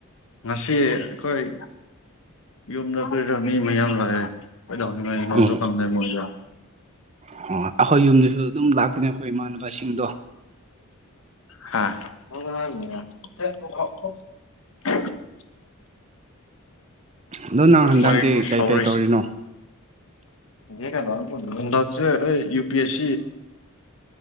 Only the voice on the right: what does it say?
ꯎꯝ
ꯑꯣ ꯑꯩꯈꯣꯏ ꯌꯨꯝꯗꯁꯨ ꯑꯗꯨꯝ ꯂꯥꯛꯄꯅꯦ ꯑꯩꯈꯣꯏ ꯏꯃꯥꯟꯅꯕꯁꯤꯡꯗꯣ
ꯑꯗꯣ ꯅꯪ ꯍꯟꯗꯛꯇꯤ
ꯀꯩ
ꯀꯩ ꯇꯧꯔꯤꯅꯣ